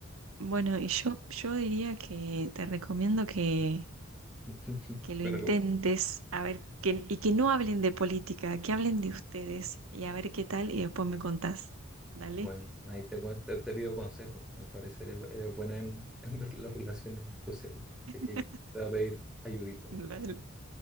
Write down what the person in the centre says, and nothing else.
<laughs>
¿Qué
me
recomiendo?
Bueno, ahí te cuento, te pido consejos. Al parecer eres, eres buena en, <laughs> en ver las relaciones sociales. Así
que te voy a pedir ayudita.